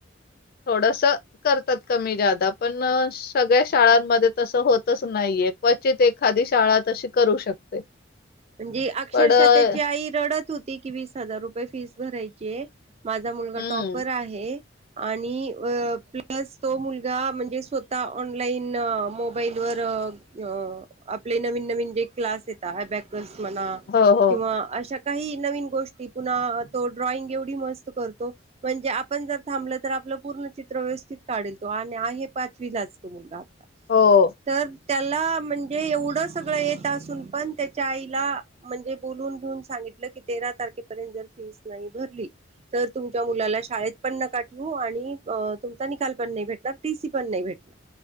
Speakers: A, on the left (about 50°); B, on the right (about 35°).
A: थोडस करतात कमी जादा पण सगळ्या शाळां तस होतच नाहीये क्वचित एखादी शाळा तशी करू शकते
B: म्हणजे अक्षरशः
A: पण अ,
B: त्याची आई रडत होती की वीस हजार रुपये फीस भरायची माझा मुलगा
A: हं.
B: टॉपर आहे आणि प्लस तो मुलगा म्हणजे स्वतः ऑनलाईन मोबाईलवरर अ आपले नवीन नवीन जे क्लास येत ह बॅकर्स म्हणा
A: हो, हो.
B: किंवा अशा काही नवीन गोष्टी पुन्हा तो ड्रॉइंग एवढी मस्त करतो म्हणजे आपण जर थांबलं तर आपलं पूर्ण चित्र व्यवस्थित काढेल तो आणि आहे पाचवी लाचतो मुलगा
A: हो.
B: तर त्याला म्हणजे एवढं सगळं येत असून पण त्या आईला म्हणजे बोलून घेऊन सांगितलं की तेरा तारखेपर्यंत जर फीस नाही भरली तर तुमच्या मुलाला शाळेत पण नका ठेवू आणि तुमचा निकाल पण नाही भेटणार टीसी पण नाही भेटणार